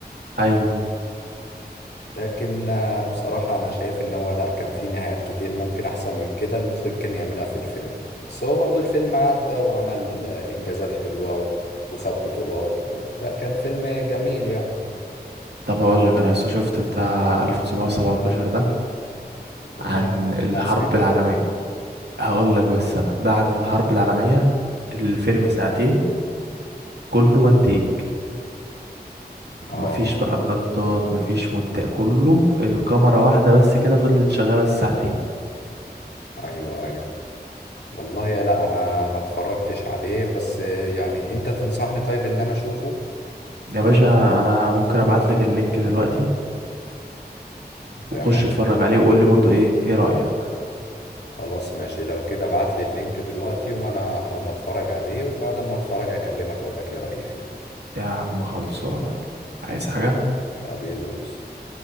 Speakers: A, on the right (about 80°); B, on the left (about 80°).
A: ايوه
B: لكن آه، بصراحة أنا شايف إن هو لأ كان في نهايات كتير ممكن أحسن من كده المخرج كان يعملها في الفيلم بس هو برضو الفيلم عدى وعمل آه، إنجازات حلوة و... وخد بطولات و... لأ كان فيلم جميل يعني
A: طب هقول لك انا لسه شفت بتاع 1917 ده
B: والله
A: عن
B: أنا
A: الحرب
B: أنا سمعت
A: العالمية
B: عنه
A: هقول لك بس انا ده عن الحرب العالمية الفيلم ساعتين كله وان تيك
B: آه
A: مفيش بقى قطات مفيش مونتاج كله الكاميرا واحدة بس كده فضلت شغالة الساعتين
B: أيوه أيوه والله يا لأ أنا ما اتفرجتش عليه بس آه، يعني أنت تنصحني طيب إن أنا أشوفه
A: يا باشا انا ممكن ابعت لك اللينك دلوقتي
B: تمام
A: وخش اتفرج عليه وقول لي برضه ايه ايه رأيك
B: خلاص ماشي لو كده ابعتلي اللينك دلوقتي وأنا هقوم أتفرج عليه وبعد ما أتفرج هكلمك أقول لك إيه رأيي فيه
A: يا عم خلصانة يلا. عايز حاجة
B: حبيبي يا مصطفى